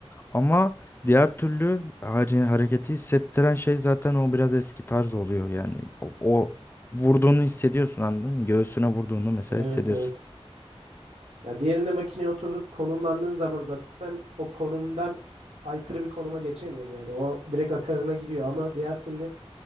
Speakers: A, on the left; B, on the right.
A: ama diğer türlü hare- hareketi hissettiren şey zaten o biraz eski tarz oluyor yani o, o vurduğunu hissediyorsun anladın mı? Göğsüne vurduğunu mesela
B: Evet
A: hissediyorsun.
B: evet. Ya diğerinde makineye oturup konumlandığın zaman zaten o konumdan aykırı bir konuma geçemiyorsun yani. O direkt akarına gidiyor ama diğer türlü